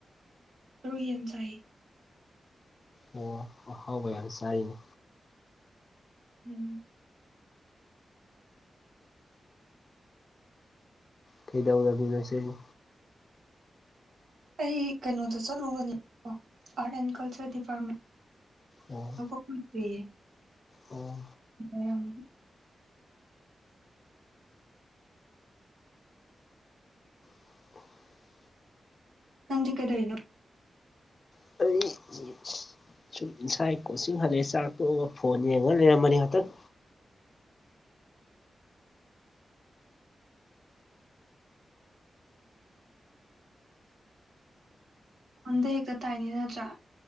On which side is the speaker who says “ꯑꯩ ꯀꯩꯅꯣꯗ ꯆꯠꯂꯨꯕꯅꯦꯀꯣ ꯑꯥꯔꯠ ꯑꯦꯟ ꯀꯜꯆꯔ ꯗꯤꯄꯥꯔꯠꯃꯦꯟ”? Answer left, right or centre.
Right